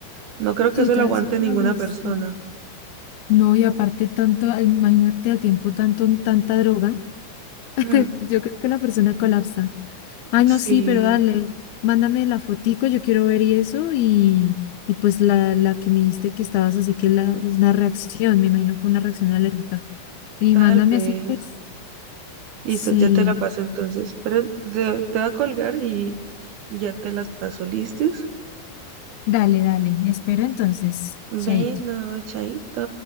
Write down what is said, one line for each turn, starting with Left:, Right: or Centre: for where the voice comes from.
Right: no creo
Left: sí,
Right: que eso
Left: todo
Right: lo aguante
Left: eso para
Right: ninguna
Left: agradecer.
Right: persona.
Left: No, y aparte tanto, eh, imagínate al tiempo tanto, tanta droga. <laughs>
Right: Mm,
Left: Yo creo que la persona colapsa. Ay,
Right: sí,
Left: no, sí, pero dale, mándame la fotico, yo quiero ver y eso, y, y pues la, la que me dijiste que estabas así que la, es una reacción, me imagino fue una reacción alérgica. Y
Right: tal
Left: mándame
Right: vez.
Left: así, pues,
Right: Listo,
Left: sí,
Right: ya te la paso entonces. Pero te, te voy a colgar y, y ya te las paso, ¿listos?
Left: dale, dale, espero entonces,
Right: Bueno,
Left: chaito.
Right: chaito.